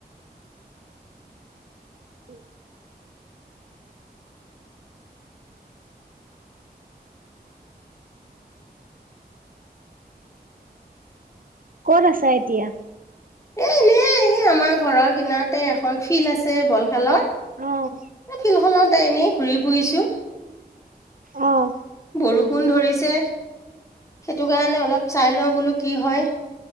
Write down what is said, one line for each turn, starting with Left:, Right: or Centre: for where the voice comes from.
Right: উম। ক'ত আছা এতিয়া?
Left: এ এনেই, এই আমাৰ ঘৰৰ কিনাৰতে এখন ফিল্ড আছে বল খেলৰ।
Right: অ',
Left: ফিল খলতে এনেই ঘূৰি ফুৰিছো।
Right: অঁ।
Left: বৰষুণ ধৰিছে সেইটো কাৰণে অলপ চাই লওঁ বোলো কি হয়।